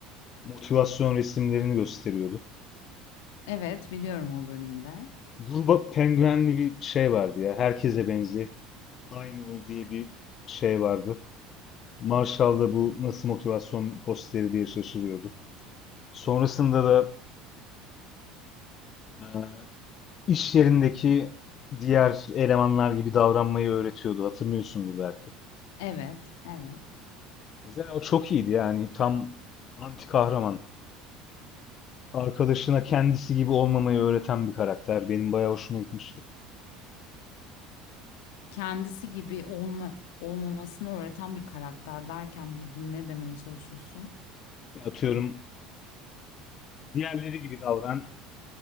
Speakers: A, on the left; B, on the left.
A: motivasyon resimlerini gösteriyordu.
B: Evet biliyorum o bölümde.
A: Gruba penguenli bir şey vardı ya. Herkese benziyor. Aynı ol diye bir şey vardı. Marshall da bu nasıl motivasyon posteri diye şaşırıyordu. Sonrasında da iş yerindeki diğer elemanlar gibi davranmayı öğretiyordu. Hatırlıyorsundur belki.
B: Evet, evet.
A: Mesela o çok iyiydi yani tam anti kahraman. Arkadaşına kendisi gibi olmamayı öğreten bir karakter. Benim bayağı hoşuma gitmişti.
B: Kendisi gibi olma olmamasını öğreten bir karakter derken burada ne demeye çalışıyorsun?
A: Ya atıyorum diğerleri gibi davran,